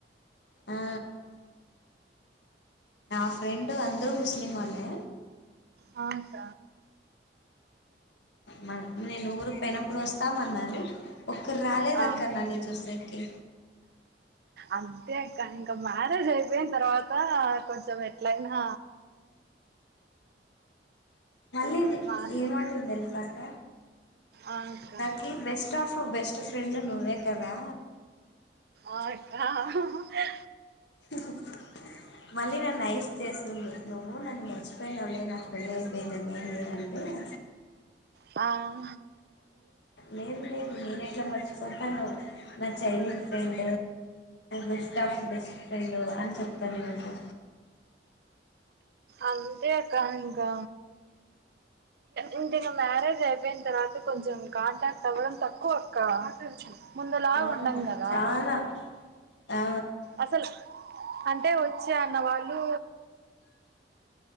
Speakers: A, on the left (about 75°); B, on the right (about 60°).
A: ఆ నా ఫ్రెండు అందరూ ముస్లీం వాళ్లే
B: అ అక్క
A: మ నె నూరు తెనప్పుడు వస్తామన్నారు ఒక్కరు రాలేదక్క
B: ఆ
A: నన్ను చూసేకి
B: అంతే అక్కా ఇంకా మ్యారేజ్ అయిపోయిన తర్వా త కొంచం ఎట్లైనా
A: మళ్ళుండే
B: మారింది
A: ఏమంటుంది తెలుసా అక్క
B: ఆ అక్క
A: నాకీ బెస్ట్ ఆఫ్ బెస్ట్ ఫ్రెండ్ నువ్వే కదా
B: ఆ హ హ హ
A: హు హు మళ్ళీ నన్న ఐస్ చేస్తుంది నువ్వు నన్న మర్చిపోయినవులే నాకు పెళ్ళయిపోయిందని ఏ అంది టే
B: ఆ
A: లేదు లేదు నేనెట్లా మర్చిపోతాను నా childhood friend best of the best friend అని చెప్తా ఈరోజు
B: అంతేక్క ఇంకా ఇంటి ఇక మ్యారేజ్ అయిపోయిన తర్వాత కొంచెం కాంటాక్ట్ అవ్వడం తక్కువ అక్క ముందులా
A: అవును
B: ఉండం కదా
A: చాలా ఆ
B: అసలు అంటే వచ్చే అన్న వాళ్ళు